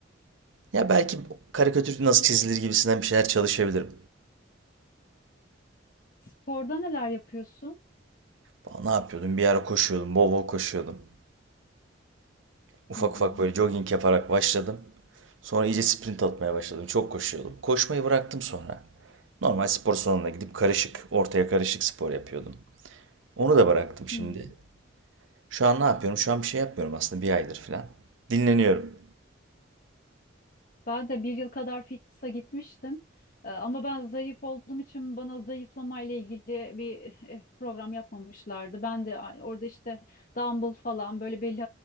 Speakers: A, on the right; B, on the left.
A: Ya belki karikatür nasıl çizilir gibisinden bir şeyler çalışabilirim.
B: Sporda neler yapıyorsun?
A: Aa, Ne yapıyordum? Bir ara koşuyordum, bol bol koşuyordum. Ufak
B: Hı hı.
A: ufak böyle jogging yaparak başladım. Sonra iyice sprint atmaya başladım. Çok koşuyordum. Koşmayı bıraktım sonra. Normal spor salonuna gidip karışık, ortaya karışık spor yapıyordum. Onu da bıraktım şimdi.
B: Hı hı.
A: Şu an ne yapıyorum? Şu an bir şey yapmıyorum aslında bir aydır falan. Dinleniyorum.
B: Ben de bir yıl kadar fitness'a gitmiştim. Ee, Ama ben zayıf olduğum için bana zayıflama ile ilgili bir eh, program yapmamışlardı. Ben de a- orada işte dumbbell falan böyle belli